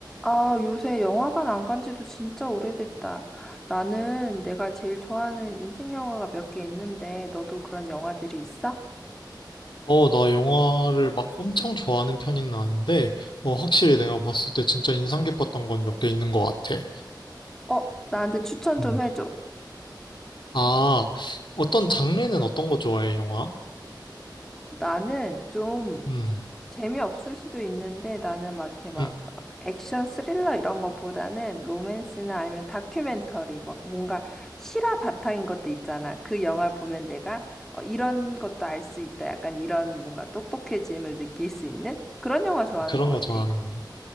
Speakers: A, in the centre; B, on the left.
A: 아, 요새 영화관 안 간 지도 진짜 오래됐다. 나는 내가 제일 좋아하는 인생 영화가 몇 개 있는데, 너도 그런 영화들이 있어?
B: 어, 나 영화를 막 엄청 좋아하는 편은 아닌데, 어, 확실히 내가 봤을 때 진짜 인상 깊었던 건 몇 개 있는 것 같아.
A: 어, 나한테 추천
B: 음.
A: 좀 해줘.
B: 아, 어떤 장르는 어떤 거 좋아해, 영화?
A: 나는 좀
B: 음,
A: 재미없을 수도 있는데, 나는 막 이렇게 막
B: 음,
A: 액션 스릴러 이런 것보다는 로맨스나 아니면 다큐멘터리, 막 뭔가 실화 바탕인 것도 있잖아. 그 영화를 보면 내가 어, 이런 것도 알 수 있다. 약간 이런 뭔가 똑똑해짐을 느낄 수 있는 그런 영화 좋아하는
B: 아, 그런
A: 것 같아.
B: 거 좋아하는구나.